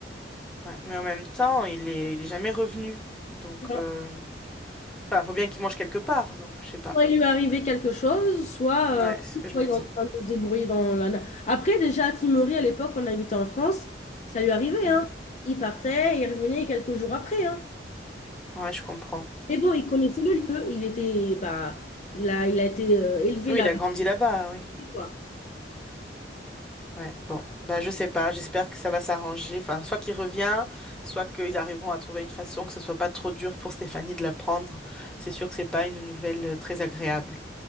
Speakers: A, in the centre; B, on the left.
A: ouais. Mais en même temps, il est, il est jamais revenu. Donc,
B: Alors,
A: euh, enfin, faut bien qu'il mange quelque part. Donc, je sais pas.
B: soit il lui est arrivé quelque chose, soit,
A: Ouais,
B: euh,
A: c'est ce que je
B: soit
A: me
B: il
A: dis.
B: est en train de se débrouiller dans la... na- Après, déjà, à Timory, à l'époque, on habitait en France, ça lui arrivait,
A: Mm.
B: hein. Il partait, il revenait quelques jours après, hein.
A: Ouais, je comprends.
B: Mais bon, il connaissait le lieu, il était, bah, il a, il a été euh, élevé
A: Oui,
B: là-bas,
A: il a grandi là-bas. Oui.
B: quoi.
A: Ouais, bon, bah, je sais pas, j'espère que ça va s'arranger. Enfin, soit qu'il revient, soit qu'ils arriveront à trouver une façon que ce soit pas trop dur pour Stéphanie de l'apprendre. C'est sûr que c'est pas une nouvelle euh, très agréable.